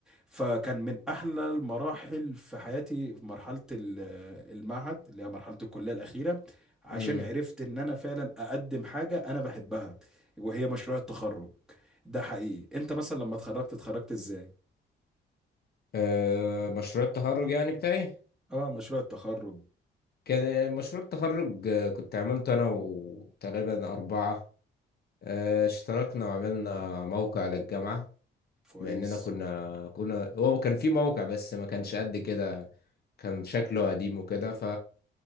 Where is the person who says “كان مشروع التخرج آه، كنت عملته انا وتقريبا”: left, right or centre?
Left